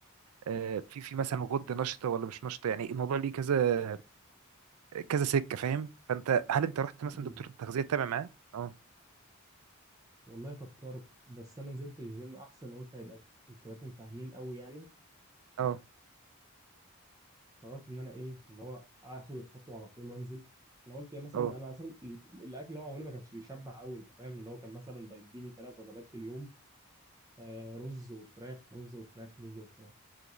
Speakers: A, on the right; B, on the right.
A: آه، في في مثلا غده نشطه ولا مش نشطه يعني الموضوع ليه كذا كذا سكه فاهم فانت هل انت رحت
B: م-م.
A: مثلا دكتور التغذيه تتابع معاه اه
B: والله فكرت بس انا نزلت الجيم احسن قلت هيبقى الكباتن فاهمين قوي يعني
A: اه
B: قررت ان انا ايه اللي هو اخد الخطوه على طول وانزل انا قلت إيه مثلا
A: اه
B: انا اصلا ال- الاكل اللي هو عملني ما كانش بيشبع قوي انت فاهم اللي هو كان مثلا بيديني ثلاث وجبات في اليوم آه رز وفراخ رز وفراخ رز وفراخ